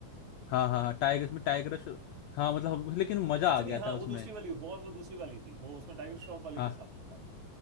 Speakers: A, on the left (about 85°); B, on the right (about 60°).
A: हाँ हाँ हाँ टाइगर उसमें टाइगर श्रॉफ- हाँ मतलब लेकिन मजा
B: अच्छा
A: आ गया
B: नहीं हाँ
A: था उसमें
B: वो दूसरी वाली वॉर वो दूसरी वाली थी वो उसमें टाइगर श्रॉफ वाली
A: हाँ
B: के साथ में था वो